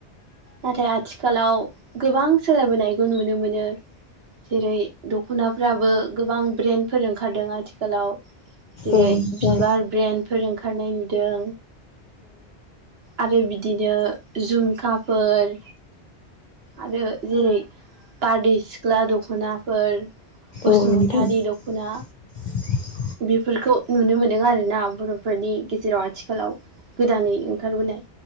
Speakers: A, on the right; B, on the left.
A: नाथाय आथिखालाव गोबां सोलायबोनायखौ नुनो मोनो जेरै दख'नाफ्राबो गोबां ब्रेन्डफोर ओंखारदों आथिखालाव जेरै
B: औ नोंथां औ नोंथां
A: बिबार ब्रेन्डफोर ओंखारनाय नुदों आरो बिदिनो जुमखाफोर आरो जेरै बारदै सिख्ला दख'नाफोर बसुमतारि
B: औ नोंथां
A: दख'ना
B: <inaudible>
A: बेफोरखौ नुनो मोनदों आरोना बर'फोरनि गेजेराव आथिखालाव गोदानै ओंखारबोनाय